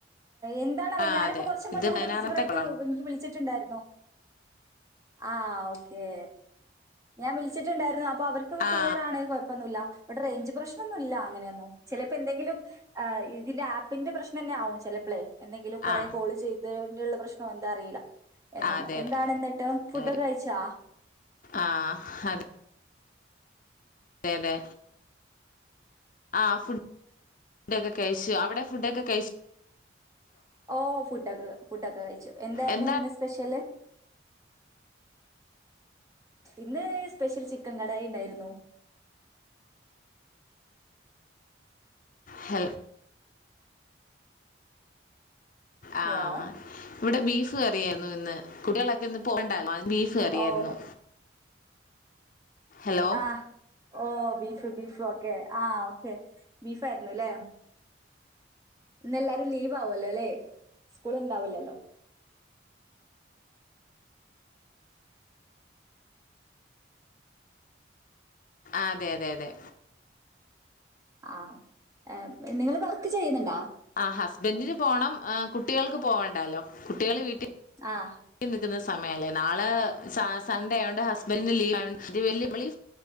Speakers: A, on the right; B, on the left.
A: എന്താണാവ
B: ആ
A: ഞാനിപ്പോ
B: അതെ
A: കുറച്ച് മുന്നേ
B: ഇത്
A: കൂടെ
B: പതിനാറാമത്തെ
A: റിസീവറായിട്ട്
B: കോളാണ്
A: എനിക്ക് വിളിച്ചിട്ടുണ്ടായിരുന്നു ആ ഓക്കേ ഞാൻ വിളിച്ചിട്ടുണ്ടായിരുന്നു അപ്പൊ അവർക്കത്
B: ആ
A: ക്ലിയർ ആണേൽ കുഴപ്പൊന്നുമില്ല ഇവിടെ റേഞ്ച് പ്രശ്നൊന്നുമില്ല അങ്ങനെയൊന്നും ചിലപ്പോ എന്തെങ്കിലും ആ ഇ ഇതിന്റെ ആപ്പിന്റെ പ്രശ്നം തന്നെ ആവും ചിലപ്പളേ എന്തെങ്കിലും കുറെ
B: ആ
A: കോൾ ചെയ്ത് ഉള്ള പ്രശ്നം എന്താ അറിയില്ല എന്നെങ്ങോ
B: ആ അതെ
A: എന്താണ്
B: അതെ
A: എന്നിട്ട് ഫുഡൊക്കെ
B: അതെ
A: കഴിച്ചാ
B: ആ അതെ അതെ അതെ ആ ഫുഡ് ഫുഡൊക്കെ കഴിച്ചു അവിടെ ഫുഡൊക്കെ കഴിച്ചൊ
A: ഓ ഫുഡൊക്കെ ഫുഡൊക്കെ കഴിച്ചു എന്തായിരുന്നു
B: എന്താ
A: ഇന്ന് സ്പെഷ്യല് ഇന്ന് സ്പെഷ്യൽ ചിക്കൻ കടായി ഉണ്ടായിരുന്നു
B: ഹലൊ ആഹ്
A: ഹലോ
B: ഇവിടെ ബീഫ് ഫ് കറിയാരുന്നു ഇന്ന് കുട്ടികളൊക്കെ ഇന്ന് പോകണ്ടാരുന്നോ ബീഫ് കറിയായിരുന്നു
A: ഓ
B: ഹലോ
A: ആഹ് ഓ ബീഫ് ബീഫും ഒക്കെ ആഹ് ഓക്കെ ബീഫായിരുന്നു ഇല്ലേ ഇന്ന് എല്ലാരും ലീവ് ആവുമല്ലോ ല്ലേ സ്കൂള് ഇണ്ടാവില്ലല്ലോ
B: ആ അതെ അതെ അതെ
A: ആ ഏ നിങ്ങൾ വർക്ക് ചെയ്യുന്നുണ്ടോ
B: ആഹ് ഹസ്ബന്റിന് പോണം ഹ് കുട്ടികൾക്ക് പോവണ്ടാല്ലോ കുട്ടികൾ വീട്ടിൽ
A: ആഹ്
B: നിക്കുന്ന സമയല്ലേ നാളെ സ സൺഡേ ആയതോണ്ട് ഹസ്ബന്റിന് ലീവ് ആയോണ്ട് അത് വെൽയേ നമ്മളീ